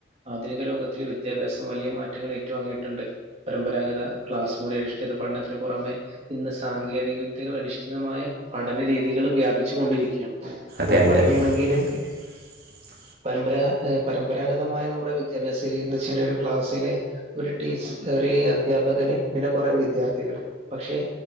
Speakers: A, on the right (about 35°); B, on the right (about 55°).
A: ആധുനിക ലോകത്തിൽ വിദ്യാഭ്യാസം വലിയ മാറ്റങ്ങൾ ഏറ്റുവാങ്ങിയിട്ടുണ്ട് പരമ്പരാഗത ക്ലാസ് മൊഴി അധിഷ്ഠിത പഠനത്തിന് പുറമെ ഇന്ന് സാങ്കേതിക വിദ്യകൾ അധിഷ്ഠിതമായ പഠനരീതികള് വ്യാപിച്ചു കൊണ്ടിരിക്കയാണ് ഇപ്പൊ
B: അതെ അതെ
A: പറയുകയാണെങ്കില്
B: <inaudible>
A: പരമ്പ പരമ്പരാഗതമായ നമ്മുടെ വിദ്യാഭ്യാസ രീതി എന്ന് വെച്ചിട്ടുണ്ടേൽ ഒരു ക്ലാസിലെ ഒരു ടീച്ച ഒരു അദ്ധ്യാപകന് പിന്നെ കൊറെ വിദ്യാർത്ഥികള് പക്ഷെ